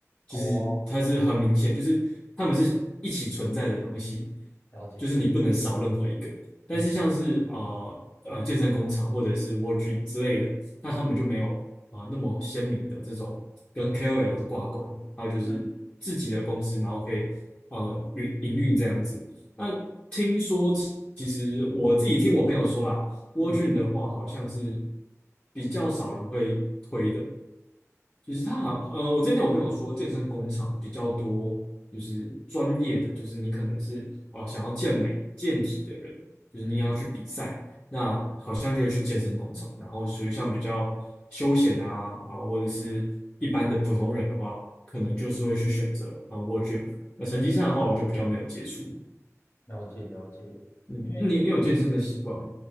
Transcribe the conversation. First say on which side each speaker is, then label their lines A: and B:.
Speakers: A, on the left; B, on the left.
A: 就是它是很明显，
B: 哦，
A: 就是它们是一起存在的东西，
B: 了解。
A: 就是你不能少任何一个。但是像是啊啊呃呃健身工厂或者是
B: 嗯。
A: w o r d r e a m 之类的，那他们就没有啊、那么鲜明的这种跟 KOL 的挂钩，还有就是自己的公司，
B: 嗯
A: 然后可以呃营营运这样子。那听说其实我自己听我朋友说啦 w
B: 嗯
A: o r d r e a m 的话好像是比较少人会推的。就是他好，呃，我之前听我朋友说，健身工厂比较多，就是专业的，就是你可能是哦想要健美、健体的人，就是你要去比赛，
B: 嗯，
A: 那好像就会去健身工厂。
B: 嗯
A: 然后属于像比较休闲啊，然后或者是一般的普通人的话，可能就是会去选择啊 w o r 那成绩上的话，我就比较没有接触。
B: 了解了解，
A: 嗯，
B: 因为
A: 你你有健身的习惯吗